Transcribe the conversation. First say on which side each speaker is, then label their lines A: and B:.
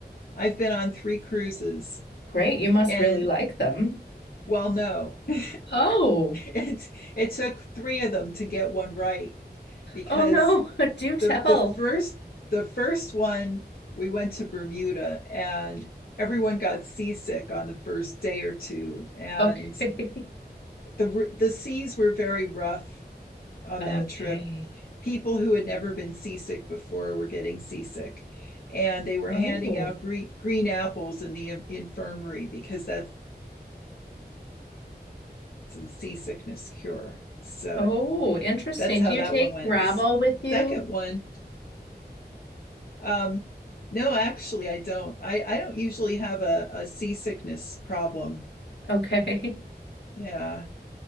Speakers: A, on the left; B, on the left.
A: I've been on three cruises
B: Great, you must
A: and
B: really like them.
A: well, no. <laughs>
B: Oh,
A: It it took three of them to get one right because
B: Oh no, <laughs> do tell.
A: the the first the first one we went to Bermuda and everyone got seasick on the first day or two and
B: okay. <laughs>
A: the the seas were very rough on
B: Okay.
A: that trip people who had never been seasick before were getting seasick and they were
B: Oh,
A: handing out green, green apples in the infirmary because that's the seasickness cure so
B: Oh, interesting.
A: that's how
B: Do you
A: that
B: take
A: one went
B: gravel
A: the
B: with you?
A: second one Um, no, actually, I don't. I, I don't usually have a, a seasickness problem.
B: Okay. <laughs>
A: Yeah.